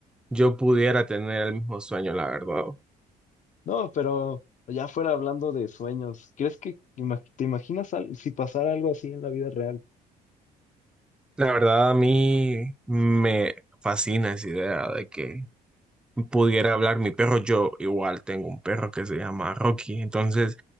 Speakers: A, in the centre; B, on the left.
A: yo pudiera tener el mismo sueño, la verdad.
B: No, pero ya fuera hablando de sueños, ¿crees que ima- te imaginas al- si pasara algo así en la vida real?
A: La verdad, a mí me fascina esa idea de que pudiera hablar mi perro. Yo igual tengo un perro que se llama Rocky, entonces